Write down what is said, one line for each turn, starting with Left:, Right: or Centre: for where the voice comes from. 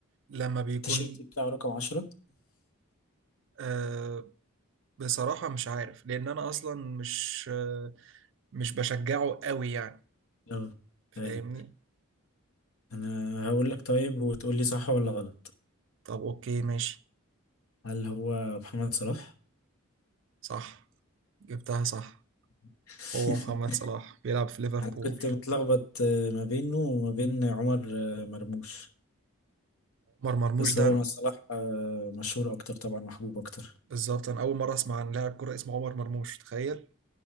Right: لما بيكون
Left: التيشيرت بتاعه رقم عشرة؟
Right: آه بصراحة مش عارف لأن أنا أصلا مش آه مش بشجعه قوي يعني
Left: اه
Right: فاهمني
Left: أيوة أنا هقول لك طيب وتقول لي صح ولا غلط
Right: طب أوكي ماشي
Left: هل هو محمد صلاح؟
Right: صح جبتها صح
Left: <laughs>
Right: هو محمد صلاح بيلعب في ليفربول
Left: أنا كنت متلخبط آه، ما بينه وما بين عمر آه، مرموش
Right: عمر مرموش
Left: بس
Right: ده
Left: هو مع صلاح آه، مشهور أكتر طبعا محبوب أكتر
Right: بالظبط انا اول مره اسمع عن لاعب كره اسمه عمر مرموش تخيل